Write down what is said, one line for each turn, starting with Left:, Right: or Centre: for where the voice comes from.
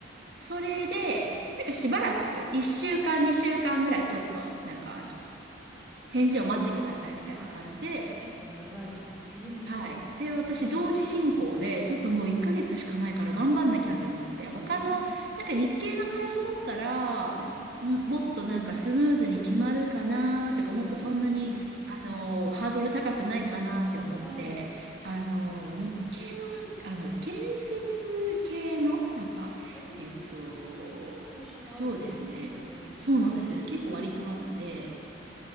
Right: それで、なんかしばらく、1週間、2週間ぐらいちょっと、なんかあの、返事を待ってくださいみたいな感じで、
Centre: あ、結構長い。<laughs>
Right: はい。で、私、
Centre: うんうん。
Right: 同時進行で、ちょっともう1ヶ月しかないから頑張んなきゃって思って、
Centre: はい。うん。
Right: 他の、なんか日系の会社だったら、
Centre: うん。
Right: ももっとなんかスムーズに決まるかなとか、
Centre: うん。
Right: もっとそんなに、あの、ハードル高くないかなって思って、
Centre: はい。
Right: あの、日系のなんか、あの、建設系の、なんか、
Centre: えー、
Right: えっと、
Centre: そういう会社もあるんですね、
Right: そうですね。
Centre: 向こうに。
Right: そうなんです。結構割とあって、
Centre: うーん。